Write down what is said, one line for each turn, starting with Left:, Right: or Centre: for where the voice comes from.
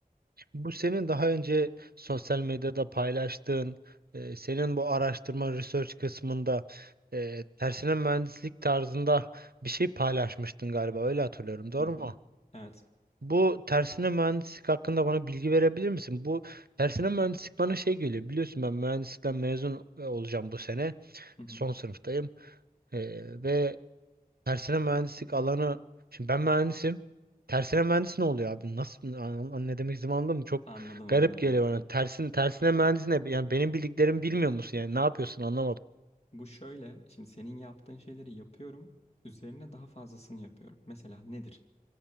Right: Bu senin daha önce sosyal medyada paylaştığın, e, senin bu araştırma research kısmında e, tersine mühendislik tarzında bir şey paylaşmıştın galiba. Öyle hatırlıyorum. Doğru
Left: Hı hı.
Right: mu?
Left: Evet.
Right: Bu tersine mühendislik hakkında bana bilgi verebilir misin? Bu tersine mühendislik bana şey geliyor. Biliyorsun ben mühendislikten mezun e, olacağım bu sene.
Left: Hı hı.
Right: Son sınıftayım. E, ve Tersine mühendislik alanı. Şimdi ben mühendisim. Tersine mühendis ne oluyor abi? Nasıl an, an- ne demek istediğimi anladın mı? Çok
Left: Anladım
Right: garip
Left: anladım.
Right: geliyor bana. Tersin, tersine mühendis ne? Yani benim bildiklerimi bilmiyor musun yani? Ne yapıyorsun anlamadım.
Left: Bu şöyle, şimdi senin yaptığın şeyleri yapıyorum. Üzerine daha fazlasını yapıyorum. Mesela nedir?